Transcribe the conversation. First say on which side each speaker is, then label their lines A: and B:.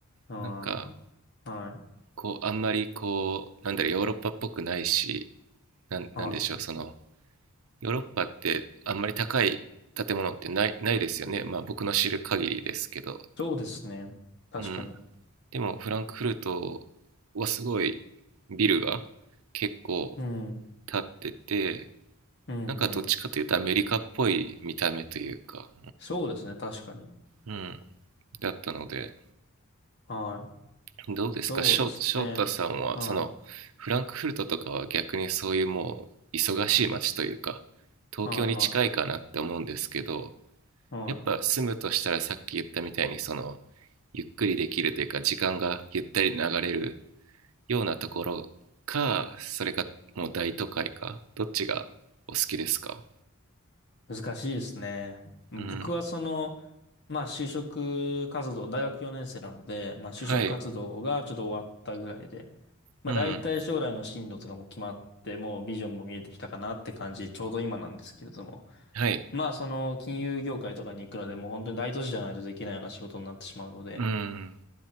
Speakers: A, on the left; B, on the right.
A: うん。
B: なんか
A: はい。
B: こうあんまりこうなんだろうヨーロッパっぽくないしなんなんでしょうその
A: はい。
B: ヨーロッパってあんまり高い建物ってないないですよね。まあ僕の知る限りですけど。
A: そうですね。確かに。
B: うん。でもフランクフルトはすごいビルが結構
A: うん。
B: 建ってて、
A: うん、
B: なんかどっちかというとアメリカっぽい見た目というか、
A: うん。そうですね。確かに。
B: うん。うんだったので、
A: はい。
B: どうですか翔翔太さんは、
A: そうですね。は
B: そのフランクフルトとかは逆にそういうもう忙しい街というか、東京に近いかなって思うんですけど、
A: い。はい、はい。
B: やっぱ住むとしたらさっき言ったみたいにその
A: は
B: ゆっくりできるというか時間がゆったり流れるようなところかそれかもう大都会かどっちがお好きですか
A: い。難しいですね。僕はその、
B: うん
A: まあ就職活動、大学4年生なので、まあ就職活動がちょっと終わったぐらいで、
B: はい
A: まあ大体将来の進路とかも決まって、
B: うん
A: もうビジョンも見えてきたかなって感じ、ちょうど今なんですけれども。
B: はい
A: まあその金融業界とかに行くので、もう本当に大都市じゃないとできないような仕事になってしまうので、
B: うん